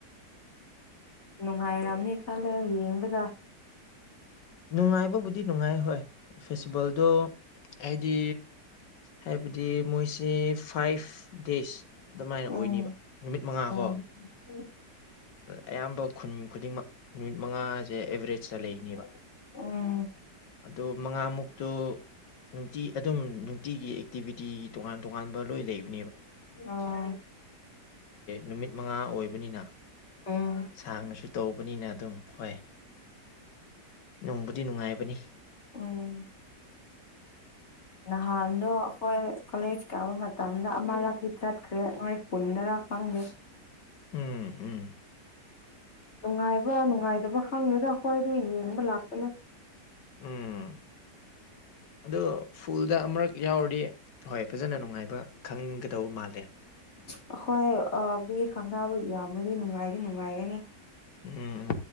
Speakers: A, on the left; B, on the left.
A: ꯅꯨꯡꯉꯥꯏꯔꯝꯅꯤ ꯈꯜꯂꯦ ꯌꯦꯡꯕꯗ
B: ꯅꯨꯡꯉꯥꯏꯕꯕꯨꯗꯤ ꯅꯨꯡꯉꯥꯏ ꯍꯣꯏ ꯐꯦꯁꯇꯤꯚꯦꯜꯗꯣ ꯍꯥꯏꯗꯤ ꯍꯥꯏꯕꯗꯤ ꯃꯣꯏꯁꯦ ꯐꯥꯏꯚ ꯗꯦꯖ ꯑꯗꯨꯃꯥꯏꯅ ꯑꯣꯏꯅꯤꯕ
A: ꯎꯝ
B: ꯅꯨꯃꯤꯠ ꯃꯉꯥ ꯀꯣ
A: <unintelligible>
B: ꯑꯌꯥꯝꯕ ꯈꯨꯟ ꯈꯨꯗꯤꯡꯃꯛ ꯅꯨꯃꯤꯠ ꯃꯉꯥꯁꯦ ꯑꯦꯕꯔꯦꯖꯇ ꯂꯩꯅꯦꯕ
A: ꯎꯝ
B: ꯑꯗꯨ ꯃꯉꯥꯃꯨꯛꯇꯨ ꯅꯨꯡꯇꯤ ꯑꯗꯨꯝ ꯅꯨꯡꯇꯤꯒꯤ ꯑꯦꯛꯇꯤꯚꯤꯇꯤꯒꯤ ꯇꯣꯉꯥꯟ ꯇꯣꯉꯥꯟꯕ ꯂꯣꯏ ꯂꯩꯕ
A: ꯑꯥ
B: ꯅꯨ ꯃ ꯅ
A: ꯎꯝ
B: ꯁꯥꯡꯅꯁꯨ ꯇꯧꯕꯅꯤꯅ ꯑꯗꯨꯝ ꯍꯣꯏ ꯅꯨꯡꯕꯨꯗꯤ ꯅꯨꯡꯉꯥꯏꯕꯅꯤ
A: ꯎꯝ ꯅꯍꯥꯟꯗꯣ ꯑꯩꯈꯣꯏ ꯀꯣꯂꯦꯖ ꯀꯥꯕ ꯃꯇꯝꯗ ꯑꯃꯔꯛꯇꯤ ꯆꯠꯈ꯭ꯔꯦ ꯅꯣꯏ ꯍꯨꯟꯗꯔꯥ ꯈꯪꯗꯦ
B: ꯎꯝ ꯎꯝ
A: ꯅꯨꯡꯉꯥꯏꯕ ꯅꯨꯡꯉꯥꯏꯇꯕ ꯈꯪꯂꯉꯦꯒ ꯑꯩ꯭ꯋꯥꯏꯗꯤ ꯌꯦꯡꯕ ꯂꯥꯛꯄꯅꯦ
B: ꯎꯝ ꯑꯗꯣ ꯐꯨꯜ ꯑꯗꯨꯗ ꯑꯃꯨꯔꯛ ꯌꯥꯎꯔꯗꯤ ꯍꯣꯏ ꯐꯖꯅ ꯅꯨꯡꯉꯥꯏꯕ ꯈꯪꯒꯗꯧꯕ ꯃꯥꯜꯂꯦ
A: ꯍꯈꯣꯏ ꯃꯤ ꯈꯪꯒꯥꯕꯨ ꯌꯥꯝꯅꯗꯤ ꯅꯨꯡꯉꯥꯏꯗꯤ ꯅꯨꯡꯉꯥꯏꯒꯅꯤ
B: ꯎꯝ